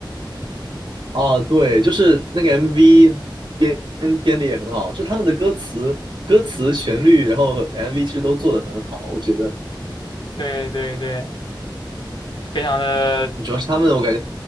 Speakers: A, on the right; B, on the left.
A: 啊，对，就是那个 MV 编编的也很好，就他们的歌词、歌词、旋律，然后 MV 其实都做的很好，我觉得
B: 对对对，非常的，
A: 主要是他们，我感觉